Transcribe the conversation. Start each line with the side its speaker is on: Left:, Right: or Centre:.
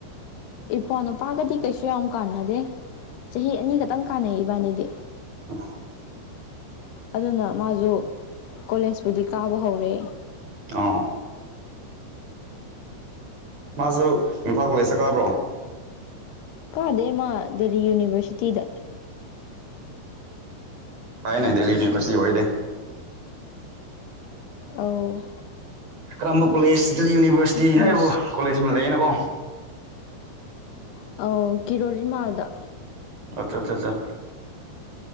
Left: ꯏꯄ꯭ꯋꯥ ꯅꯨꯄꯥꯒꯗꯤ ꯀꯩꯁꯨ ꯌꯥꯝ ꯀꯥꯟꯅꯗꯦ ꯆꯍꯤ ꯑꯅꯤ ꯈꯛꯇꯪ ꯀꯥꯟꯅꯩ ꯏꯕꯥꯅꯤꯗꯤ
Right: ꯍ <inaudible>
Left: ꯑꯗꯨꯅ ꯃꯥꯁꯨ ꯀꯣꯂꯦꯖꯄꯨꯗꯤ ꯀꯥꯕ ꯍꯧꯔꯦ
Right: ꯑꯥꯎ ꯃꯥꯁꯨ ꯏꯝꯐꯥꯜ ꯀꯣꯂꯦꯖꯇ ꯀꯥꯕ꯭ꯔꯣ
Left: ꯀꯥꯗꯦ ꯃꯥ ꯗꯦꯜꯂꯤ ꯌꯨꯅꯤꯚꯔꯁꯤꯇꯤꯗ
Right: ꯐꯩꯅꯦ ꯗꯦꯜꯂꯤ ꯌꯨꯅꯤꯚꯔꯁꯤꯇꯤ ꯑꯣꯏꯔꯗꯤ
Left: ꯑꯧ
Right: ꯀꯔꯝꯕ ꯀꯣꯂꯦꯖ ꯌꯨꯅꯤꯚꯔꯁꯤꯇꯤ
Left: ꯃꯣꯏ
Right: ꯍꯥꯏꯔꯤꯕ ꯀꯣꯂꯦꯖ ꯑꯃ ꯂꯩꯅ ꯀꯣ
Left: ꯑ ꯀꯤꯔꯣꯂꯤ ꯃꯥꯜꯗ
Right: ꯑꯠꯆꯥ ꯆꯥ ꯆꯥ